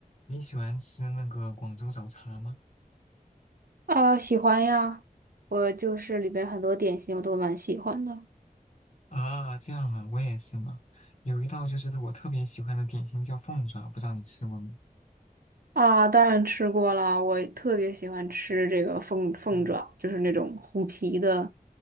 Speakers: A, on the left; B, on the right.
A: 你喜欢吃那个广州早茶吗？
B: 啊，喜欢呀，我就是里边很多点心我都蛮喜欢的。
A: 啊，这样啊，我也是呢。有一道就是我特别喜欢的点心叫凤爪，不知道你吃过没？
B: 啊，当然吃过了，我特别喜欢吃这个凤凤爪，
A: 嗯，
B: 就是那种虎皮的，